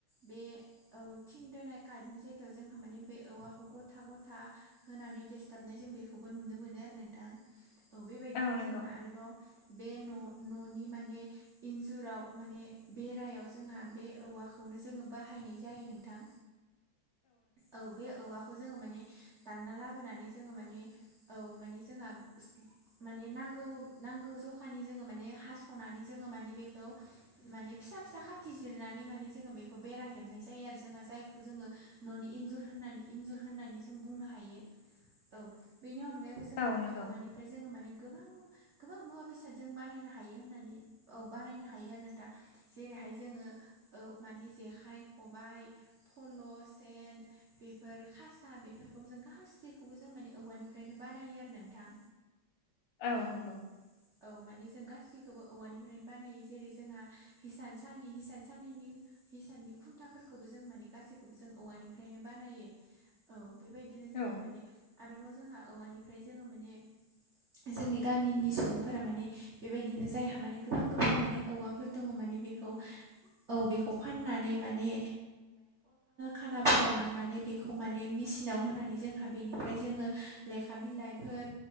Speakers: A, on the right; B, on the left.
A: बे औ थिं दोनाय कार्डनि जाय जोंहा माने बे औवाखौ गथा गथा होनानै देस्थाबनाय जों बेखौबो नुनो मोनो आरो नोंथां औ बेबायदिनो
B: औ नंगौ
A: जोंहा आरोबाव बे न' न'नि माने इन्जुराव माने बे रायाव जोंहा बे औवाखौ खौनो जोङो बाहायनाय जायो नोंथां औ बे औवाखौ जोङो माने दानना लाबोनानै जोङो माने औ माने जोंहा माने नांगौ नांगौ जखानि जोङो माने हास'नानै जोङो माने बेखौ माने फिसा फिसा खाथि जिरनानै माने जोङो बेखौ बेरा हेबनाय जायो आरो जोंहा जायखौ जोङो न'नि इन्जुर होननानै इन्जुर होननानै जों बुंनो हायो औ बेनि अनगायैबो बेखौ जोङो
B: औ
A: माने
B: नंगौ
A: औवानिफ्राय जोङो माने गोबां गोबां मुवा बेसादजों बानायनो हायो होननानै औ बानायनो हायो आरो नों दा जेरैहाय जोङो औ माने जेखाइ खबाइ फल' सेन बेफोर खासा बेफोरखौबो जों गासैखौबो जों माने औवानिफ्रायनो बानायो आरो नोंथां
B: औ
A: औ
B: नंगौ
A: औ माने जों गासैखौबो औवानिफ्रायनो बानायो जेरै जोंहा हिसानसालि हिसानसालिनि हिसाननि खुन्थाफोरखौबो जों माने गासैखौबो जों औवानिफ्रायनो बानायो औ बेबायदिनो जोंहा
B: औ
A: माने आरोबाव जोंहा औवानिफ्राय जोङो माने जोंनि गामिनि सुबुंफोरा माने बेबायदिनो जायहा माने गोबां गोबां माने औवाफोर दङ माने बे औ बेखौ फाननानै माने खानाफोराव लांनानै बेखौ माने मेसिनाव होनानै जोंहा बेनिफ्राय जोङो लेखा बिलाइफोर